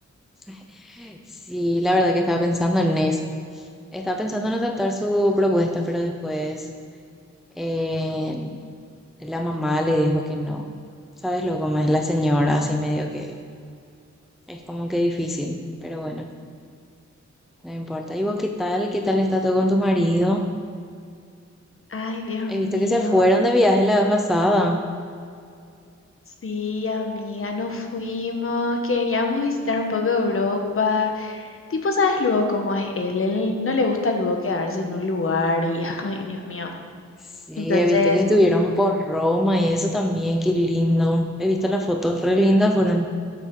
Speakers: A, in the centre; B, on the left (about 45°).
A: <laughs> Sí, la verdad que estaba pensando en eso. Estaba pensando en aceptar su propuesta, pero después eh, la mamá le dijo que no. ¿Sabes lo cómo es la señora? Así medio que es como que difícil, pero bueno, no importa. ¿Y vos qué tal? ¿Qué tal está todo con tu marido?
B: Ay, Dios
A: He
B: mío.
A: visto que se fueron de viaje la vez pasada.
B: Sí, amiga, nos fuimos. Queríamos visitar un poco Europa. Tipo, ¿sabes luego cómo es él? Él no le gusta luego quedarse en un lugar y, <laughs> ay, Dios mío.
A: Sí,
B: Entonces,
A: he visto que estuvieron por Roma y eso también, qué lindo. He visto las fotos re lindas, fueron.